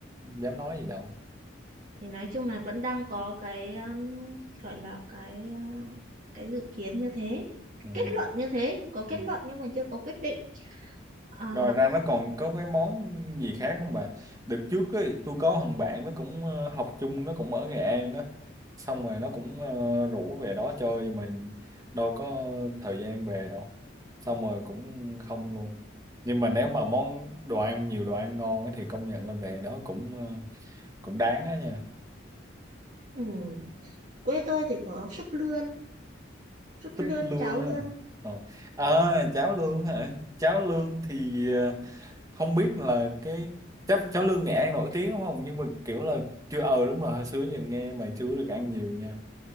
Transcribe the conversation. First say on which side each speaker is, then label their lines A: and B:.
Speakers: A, on the right (about 20°); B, on the right (about 40°).
A: dám nói gì đâu
B: thì nói chung là vẫn đang có cái um, gọi là cái uh, cái dự kiến như thế cái
A: Ừ.
B: kết luận như thế có kết
A: Ừ.
B: luận nhưng mà chưa có quyết định à,
A: Ngoài ra nó còn có cái món gì khác không bà? Đợt trước ấy, tôi có thằng bạn nó cũng ờ, học chung, nó cũng ở Nghệ An á. Xong rồi nó cũng ờ, rủ về đó chơi mà đâu có thời gian về đâu. Xong rồi cũng không luôn. Nhưng mà nếu mà món đồ ăn, nhiều đồ ăn ngon á thì công nhận là về đó cũng ờ, cũng đáng á nha.
B: ừ. quê tôi thì có súp lươn súp
A: súp
B: lươn
A: lương
B: cháo lươn
A: ha. Ờ. À, cháo lương hả? Cháo lương thì ờ, không biết là cái chắc cháo lươn Nghệ An nổi tiếng đúng không nhưng mà kiểu là chưa ờ đúng rồi hồi xưa giờ nghe mà chưa được ăn nhiều nha